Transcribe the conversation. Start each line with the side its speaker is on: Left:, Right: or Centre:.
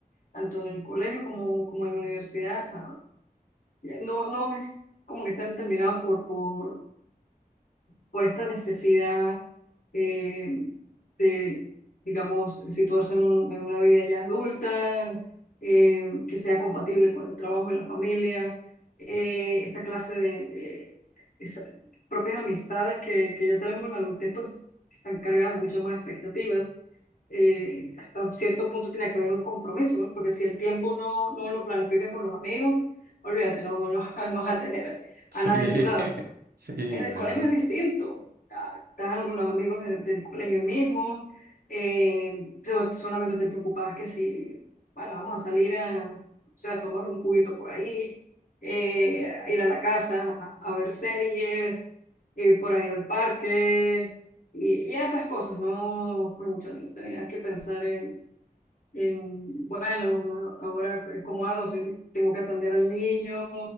Left: tanto en el colegio como, como en la universidad, ah, no, no es como que están terminados por, por por esta necesidad eh, de, digamos, situarse en, un- en una vida ya adulta, eh, que sea compatible con el trabajo y la familia, eh, esta clase de eh, esa- propias amistades que, que ya tenemos en la adultez, pues están cargadas de muchas más expectativas. Eh, hasta cierto punto tiene que haber un compromiso, ¿no? Porque si el tiempo no, no lo planificas con los amigos, olvídate, no, no <laughs> no vas a tener
Right: sí, <laughs>
Left: a nadie a tu lado.
Right: sí,
Left: En el
Right: la
Left: colegio
Right: verdad. es
Left: es distinto. Ah, Estás con los amigos de- del colegio mismo. eh, so- solamente te preocupabas que si, bueno, vamos a salir a, o sea, a tomar un juguito por ahí, eh, a ir a la casa a, a ver series, eh, por ahí al parque y, y esas cosas, ¿no? cónchale no tenías que pensar en, en, bueno, una- ahora cómo hago si tengo que atender al niño,